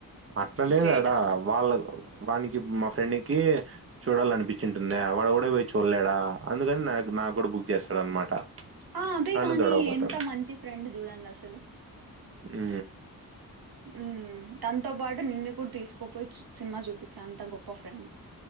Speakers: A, on the right; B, on the right.
A: అట్లా లేదాడా
B: గ్రేట్ అసలు
A: వాళ్ళకు వానికి మా ఫ్రెండ్కి చూడాల అనిపించింటు వాడు ఓగడే పోయి చూడలేదా అందుకని నాక్. నాకు కూడా బుక్ చేస్తాడు అనమాట
B: ఆ అదే
A: నన్ను
B: కాని
A: తోడకపోతాడు.
B: ఎంత మంచి ఫ్రెండ్ జూడంగా అసలు
A: ఉ
B: మ్మ్ తనతో పాటు నిన్ను కూడా తీసుకుపోయి సినిమా చూపించే అంత గొప్ప ఫ్రెండ్.